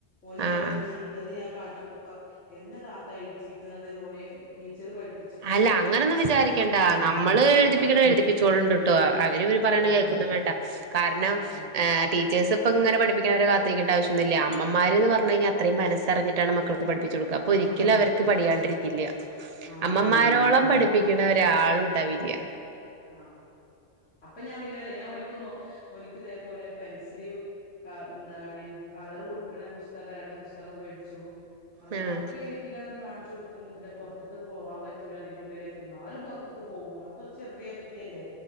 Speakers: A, on the left; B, on the right.
A: ഓന
B: ആഹ്
A: ഓരോന്ന്
B: ആഹ്
A: ചെയ്തത് ഞാൻ കാണിച്ച ത്തപ്പ എന്തിന താത്ത തിപ്പിക്കുന്നത് ഓനെ ടീച്ചറ് പഠിക്ക
B: അല്ല അങ്ങനൊന്നും വിചാരിക്കണ്ട നമ്മള് എഴുതിപ്പിക്കണ
A: ആഹ്
B: എഴുതിപ്പിച്ചുകോളണ്ട്ിട്ടോ അവര് ഇര് പറയണ
A: അതല്ലേ
B: കേക്ക വണ്ട കാരണം
A: ആഹ് ആഹ്
B: എ ടീ ീേഴസ് ഇപ്പ ഇങ്ങനെ പിപ്പിക്കവരെ കാരിക്കേണ്ടവശ്യന്നുമില്ലമ്മമാര്ന്ന് പറഞ്ഞു കിഞ്ഞാൽ അത്ര മനസ്റിഞ്ഞിട്ടാണ് മ മക്ക് പഠിപ്പിച്ചു കൊടുക്കുക
A: ആഹ്
B: അപ്പൊ ഒരിക്കലും
A: പഠിപ്പിച്ചു
B: അവർക്ക്
A: കൊടുക്ക
B: പഠിയാണ്ടിരിക്കില്ല
A: ആഹ്
B: അമ്മമാരോളം
A: ആഹ്
B: പഠിപ്പിക്കണ ഒരാള ഉണ്ടാവില്ല
A: ആ അപ്പൊ ഞാൻ പിന്നെ വല്ല ഓൻ ോ ഓന്ക്ക് ഇതേപോലെ പെൻസില് ത്ത എന്താണ് കളർ കൊടു കണ പുസ്തകം രണ്ട് പുസ്തകം മേടിച്ചു അങ്ങനെ
B: ആഹ്
A: ആക്കെൊക്കെ ഞാൻ കാണിച്ചു കൊടുക്ക്പ ഇതിന്റെ പുറത്തേക്ക് പോവാൻ പറ്റൂല അതിന്റെ ഉള്ളിലൊക്ക എന്നാലും പുറത്തേക്ക് പോകുമ്പോൾ ഇപ്പ ചെറുതിയായ കുട്ടിയല്ലെ